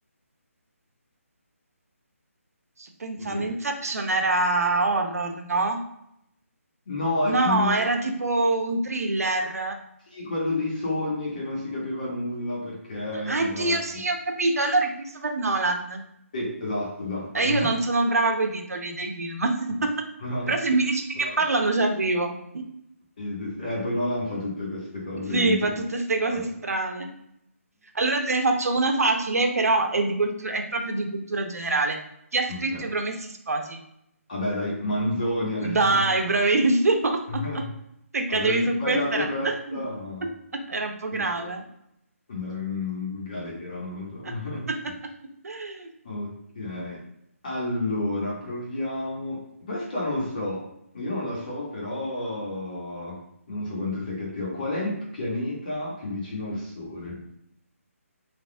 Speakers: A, on the right (about 85°); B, on the left (about 35°).
A: sto pensando,
B: Appunto che-
A: Inception era horror, no?
B: No, è
A: No,
B: più
A: era tipo un thriller.
B: sì, quello dei sogni che non si capiva nulla perché
A: Ah,
B: sembrava...
A: Dio, sì, ho capito. Allora è Christopher Nolan.
B: Sì, esatto, esatto.
A: E io non sono brava coi titoli dei film, <laughs>
B: <laughs>
A: però se mi dici di che parlano ci arrivo.
B: Sì, sì, sì. Eh, poi Nolan fa tutte queste cose
A: Sì,
B: un po'
A: fa
B: inventate.
A: tutte queste cose strane. Allora te ne faccio una facile, però è, di cultura- è proprio di cultura generale. Chi ha scritto
B: Ok.
A: I Promessi Sposi?
B: Vabbè, dai, Manzoni, Alessandro.
A: Dai, bravissimo! <laughs>
B: <laughs>
A: Se cadevi
B: Averti
A: su
B: sbagliato
A: questa era,
B: questa,
A: <laughs> era un po' grave.
B: mm, andare in galera, non lo so.
A: <laughs>
B: <laughs> Ok, allora proviamo. Questa non so, io non la so, però non so quanto sia cattiva. Qual è il pianeta più vicino al Sole?